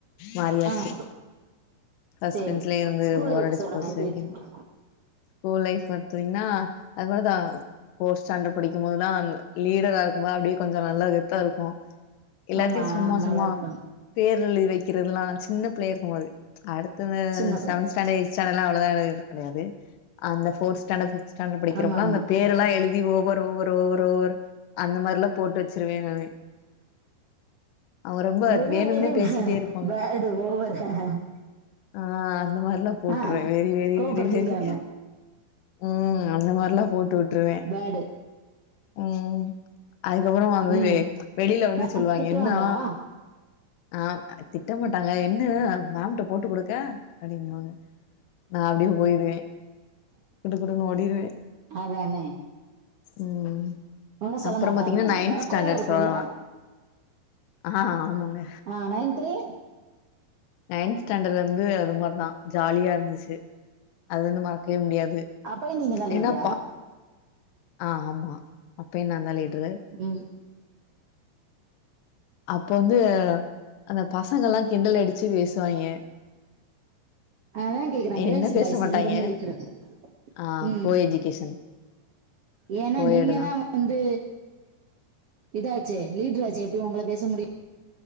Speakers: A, on the left (about 80°); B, on the right (about 70°).
A: மாறியாச்சு
B: ஆ
A: ஃபர்ஸ்ட்
B: சேரி
A: பெஞ்ச்லயே இருந்து
B: ஸ்கூல்
A: போர்
B: லைஃப்
A: அடிச்சு
B: சொல்லுங்க
A: போச்சு
B: எப்டி
A: அப்டின்னு
B: இருந்துச்சு
A: ஸ்கூல் லைஃப் பாத்திங்னா அது போ தா ஃபோர்த் ஸ்டாண்டர்ட் படிக்கும்போதுல லீடரா இருக்கும்போது அப்டியே கொஞ்சோ நல்லா கெத்தா இருக்கோ எல்லாத்தையு
B: ஆமா
A: சும்மா
B: நல்லா
A: சும்மா
B: இருக்கு
A: பேரழுதி வக்கறதுல்லா சின்ன பிள்ளைய இருக்கும் போது அடுத்தவ
B: சின்ன புள்ள
A: செவன்த் ஸ்டாண்ட்ர்ட் எயிட்த் ஸ்டாண்டர்ட்லா அவ்ளவா எழுதுறது கிடையாது அந்த ஃபோர்த் ஸ்டாண்டர்ட் ஃபிஃப்த் படிக்கறப்பல்லா
B: ஆமா ஆமா
A: அந்த பேர் ல்லா எழுதி ஓவர் ஓவர் ஓவர் ஓவர் அந்த மாரிலா போட்டு வெச்சிருவே நானு அவ ரொம்ப
B: வெரி
A: வேணும்னே
B: வெரி
A: பேசிட்டே இருப்பாங்க
B: பேடு ஓவர் <unintelligible>
A: ஆ அந்த மாரில்லா போட்ருவே
B: ஆ
A: வெரி வெரி
B: கோவப்படுத்திருக்காங்க
A: வெரி வெரி ம் அந்த மார்ல்லா போட்டு விட்ருவே
B: பேடு
A: ம் அதுக்கப்புற அவர் வந்து
B: ம்
A: வெ வெளில வந்து
B: உனக்கு
A: சொல்லுவாங்க
B: திட்டுவாங்களா
A: என்னா ஆ திட்ட மாட்டாங்க என்ன மேம்ட்ட போட்டு குடுக்க அப்டின்னுவாங்க நா அப்டியே போயிருவே குடு குடுன்னு ஓடிருவே
B: அதானே
A: ம்
B: ஒன்னு சொல்ல
A: அப்புற
B: மாட்டானுங்க
A: பாத்தீங்கன்னா நைன்த்
B: இருந்தாலு
A: ஸ்டாண்டர்ட்
B: கோவோ இருக்குல்ல
A: சொல்லலா ஆ ஆமாங்க
B: ஆ நைன்த் லே
A: நைன்த் ஸ்டாண்டட்ல இருந்து அது மாரிதா ஜாலியா இருந்துச்சு அது வந்து மறக்கவே முடியாது
B: அப்பயோ நீங்க தா லீட்ரா
A: ஏன்னா பா ஆ ஆமா அப்பயு நா தா லீட்ரு
B: ம்
A: அப்ப வந்து அந்த பசங்கல்லா கிண்டல் அடிச்சு பேசுவாங்க
B: அதா கேக்குறே
A: என்ன
B: கேர்ள்ஸ்
A: பேச
B: பாய்ஸ்
A: மாட்டாங்க
B: ரெண்டுமே இருக்கிறது
A: ஆ
B: ம்
A: கோ
B: ம்
A: எஜுகேஷன்
B: ஏன்னா
A: கோயெடு
B: நீங்க
A: தான்.
B: தா வந்து இதாச்சே லீட்ராச்சே எப்டி உங்கள பேச முடியு